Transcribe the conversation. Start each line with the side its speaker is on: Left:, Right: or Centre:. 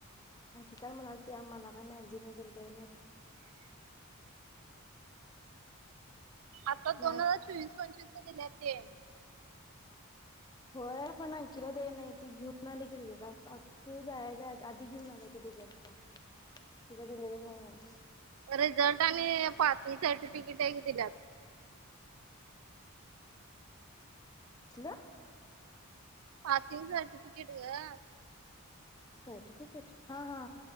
Left: आणंखी काय म्हणाल ते आम्हाला काय मॅगझिन वगैरे द्या नाहीत
Right: <inaudible> आता दोन
Left: नाय
Right: हजार चोवीस पंचवीस गेले ते
Left: होय पण अखिला दे नाही ती घेऊन न आले की रिझल्ट तू जायच्या आधी घेऊन आलाय ते रिझल्ट तिला दिलेलं नाहीये
Right: रिझल्ट आणि पासिंग सर्टिफिकेट दिल्या
Left: असलं
Right: पासिंग सटिफिकेट का
Left: सर्टिफिकेट हा हा